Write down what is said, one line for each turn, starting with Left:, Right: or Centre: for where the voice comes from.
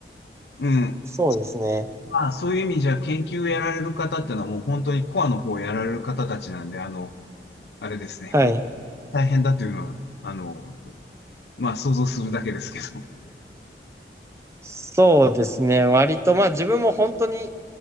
Left: うん。
Right: そうですね。
Left: まあそういう意味じゃ研究をやられる方っていうのはもう本当にコアの方をやられる方たちなんで、あの、あれですね。
Right: はい。
Left: ほん大変だというのは、あの、まあ想像するだけですけど。
Right: そうですね。割と、まあ自分も本当に